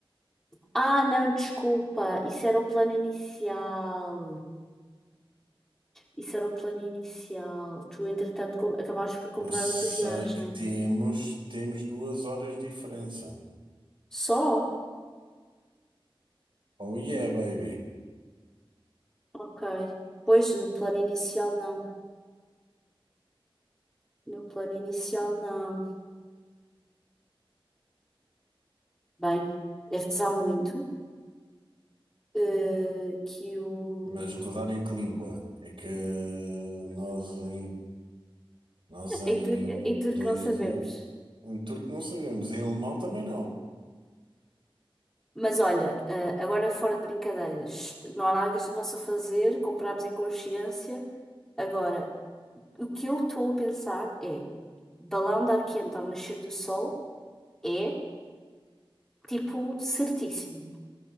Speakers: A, in the centre; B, on the right.
A: Ah, não, desculpa. Isso era o plano inicial. Isso era o plano inicial. Tu, entretanto, co- acabaste por
B: Eu
A: comprar
B: sei
A: outra viagem.
B: que temos, temos duas horas de diferença.
A: Só?
B: Oh yeah, baby.
A: Ok. Pois, no plano inicial, não. No plano inicial, não. Bem, é rezar muito. eh, que o.
B: Mas rodar em que língua? É que nós em, nós em
A: É duro, é duro
B: dois
A: que não sabemos.
B: dias. Em turco não sabemos, em alemão também não.
A: Mas olha, eh, agora fora de brincadeiras, não há nada que a gente possa fazer, Comprámos em consciência. Agora, O que eu estou a pensar é: balão de ar quente ao nascer do sol é tipo certíssimo.